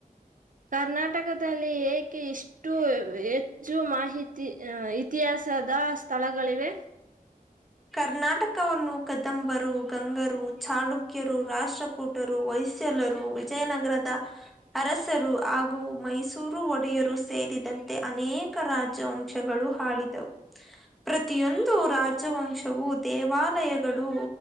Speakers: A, on the right; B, in the centre.
A: ಕರ್ನಾಟಕದಲ್ಲಿ ಏಕೆ ಇಷ್ಟು ಹೆಚ್ಚು ಮಾಹಿತಿ ಇತಿಹಾಸ ಸದಾ ಸ್ಥಳಗಳಿವೆ
B: ಕರ್ನಾಟಕವನ್ನು ಕ್ದಂಬರು ಗಂಗರು ಚಾಳುಕ್ಯರು ರಾಷ್ಟ್ರಕೂಟರು ವೈಸ್ ಲರು ವಿಜಯನಗರದ ಅರಸರು ಹಾಗೂ ಮೈಸೂರು ಒಡೆಯರು ಸೇರಿದ ಅಂತೆ ಅನೇಕ ರಾಜವಂಶಗಳು ಆಾಳಿದವು ಪ್ರತಿಯೊಂದು ರಾಜವಂಶ ವು ದೇವಾಲಯಗಳು